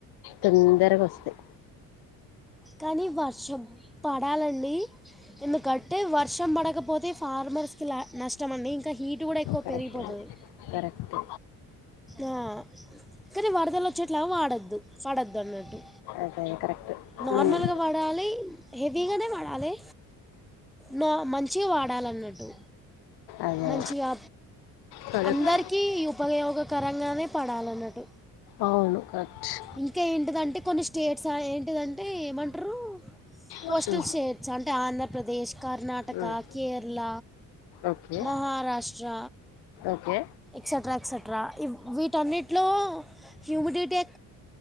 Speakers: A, on the left; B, in the centre.
A: తొందరగా వస్తాయి
B: కానీ వర్షం పడాలండి ఎందుకంటే వర్షం పడకపోతే ఫార్మర్స్ కి లా నష్టం అండి ఇంకా హీటు కూడా ఎక్కువ
A: కరెక్టు
B: పెరిగిపోతుంది
A: కరెక్టు
B: ఆ కానీ వరదలు వచ్చేట్లా వాడొద్దు పడద్దు అన్నట్టు
A: ఐతే అది కరెక్ట్
B: నార్మల్గా
A: ఉమ్
B: వడాలి హెవీగానే వడాలె నో మంచిగా వాడాలన్నట్టు
A: అదే
B: మంచిగా
A: కరెక్ట్
B: అందరికీ యూపయోగకరంగానే పడాలన్నట్టు
A: అవును క <unintelligible>
B: ఇంకా ఏంటిదంటే కొన్ని స్టేట్స్ అ ఏంటిదంటే ఏమంటరూ కోస్టల్
A: ఉమ్
B: షేట్స్ అంటే Andhra Pradesh Karnataka
A: um
B: Kerala
A: okay
B: Maharashtra
A: okay
B: extra extra ఇవ్ వీటన్నిట్లో హ్యుమిడిటీ ఎ